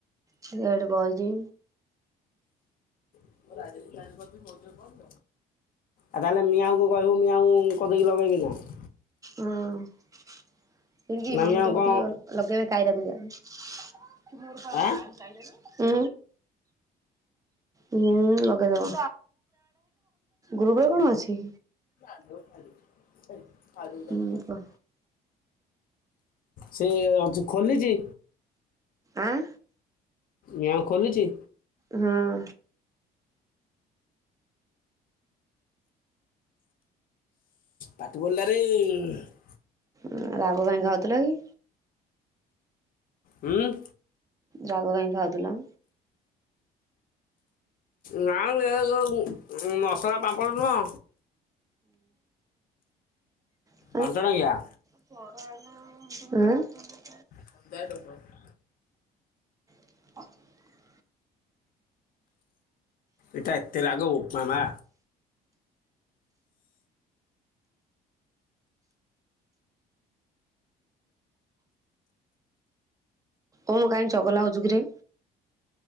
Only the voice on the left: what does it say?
<unintelligible> ଆଉ ତାହେଲେ ମିଆଁଉକୁ କହିବୁ ମିଆଁଉ କୋଧିକି ଲଗେଇକିନା।
ନା
ମିଆଁକୁ
କ'ଣ ଆ
<unintelligible>
ସେ ଅଜି ଖୋଲିଚି।
ମିଆଁଉ ଖୋଲୁଚି?
ପାଟି ପୋଲାରେ <unintelligible>
ହୁଁ।
ନା ମ ଏରାକ ଉଁ ମସଲା ପାମ୍ପଡ଼ ନୁହଁ
ପାଞ୍ଚ ଟଙ୍କିଆ।
<unintelligible>
ଏଟା ଏତେ ରାଗ ବୋପା ମା।